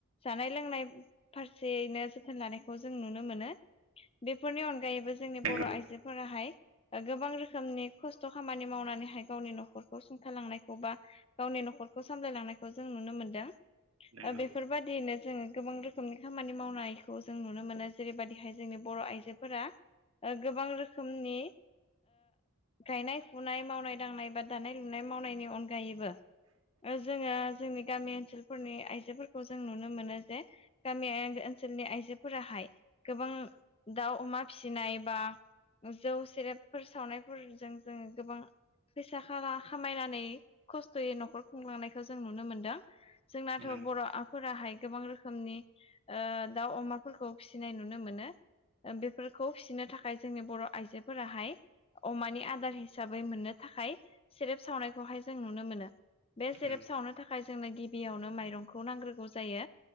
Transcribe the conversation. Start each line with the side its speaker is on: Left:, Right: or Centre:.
Left: जानाय लोंनाय फारसेयैनो जों लानायखौ जों नुनो मोनो बेफोरनि अनगायैबो जोंनि
Right: नोंगौ
Left: बर' आइजोफोराहाय गोबां रोखोमनि खस्थ' खामानि मावनानैहाय गावनि न'खरखौ सुंथालांनायखौ बा गावनि न'खरखौ सामलायलांनायखौ जों नुनो मोनदों
Right: नंगौ
Left: बेफोरबायदियैनो जोङो गोबां रोखोमनि खामानि मावनायखौ जों नुनो मोनो जेरैबायाददिहाय जोंनि बर' आइजोफोरा गोबां रोखोमनि गायनाय फुनाय मावनाय दांनाय बा दानाय लुनाय मावनायनि अनगायैबो जोङो जोंनि गामि ओनसोल फोरनि आइजोफोरखौ जों नुनो मोनो जे गामि ओनसोलनि आइजोफोराहाय गोबां दाउ अमा फिसिनाय बा जौ सेरेब फोर सावनायफोरजों जोङो गोबां फैसाा खामायनानै खस्थ'यै न'खर खुंलांनायखौ जों नुनो मोनदों जोंनाथ'
Right: नंगौ
Left: बर'फोराहाय गोबां रोखोमनि दाउ अमा फोरखौ फिसिनाय नुनो मोनो बेफोरखौ फिसिनो थाखाय जोंनि बर' आइजोफोराहाय अमानि आदार हिसाबै मोननो थाखाय सेरेब सावनायखौहाय जों नुनो मोनो बे सेरेब
Right: नंगौ
Left: सावनो थाखाय थाखाय जोंनो गिबियावनो माइरंखौ नांग्रोगौ जायो